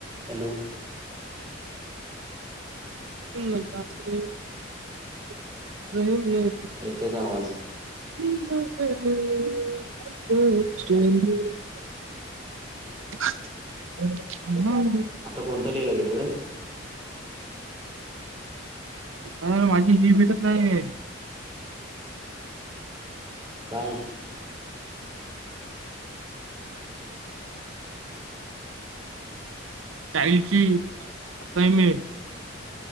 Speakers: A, on the right; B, on the right.
A: हॅलो.
B: <unintelligible>
A: यते का आवाज?
B: <unintelligible>
A: आता कोणतं लिहिला घेतय?
B: आता माझी ही भीटत नाही आहे.
A: काय?
B: चाईल्ड ची असाइनमेंट.